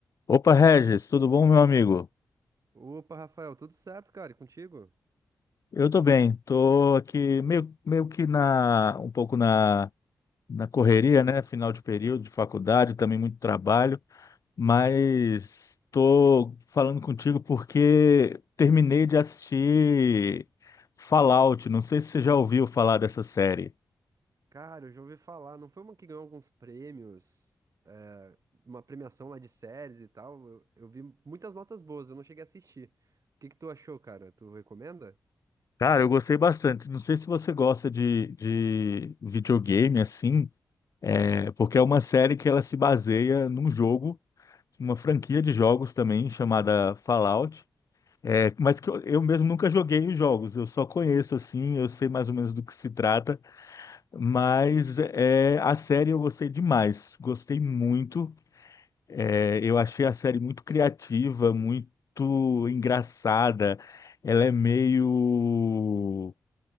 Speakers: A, on the left; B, on the right.
A: Opa, Regis, tudo bom, meu amigo?
B: Opa, Rafael, tudo certo, cara? E contigo?
A: Eu tô bem, tô aqui meio, meio que na, um pouco na, na correria, né? Final de período de faculdade, também muito trabalho, mas tô falando contigo porque terminei de assistir Fallout. Não sei se você já ouviu falar dessa série.
B: Cara, eu já ouvi falar, não foi uma que ganhou alguns prêmios, é, uma premiação lá de séries e tal? Eu, eu vi muitas notas boas, eu não cheguei a assistir. O que que tu achou, cara? Tu recomenda?
A: Cara, eu gostei bastante. Não sei se você gosta de, de videogame assim, é, porque é uma série que ela se baseia num jogo. uma franquia de jogos também chamada Fallout. É, mas que eu, eu mesmo nunca joguei os jogos, eu só conheço assim, eu sei mais ou menos do que se trata, mas é, a série eu gostei demais, gostei muito. É, eu achei a série muito criativa, muito engraçada. Ela é meio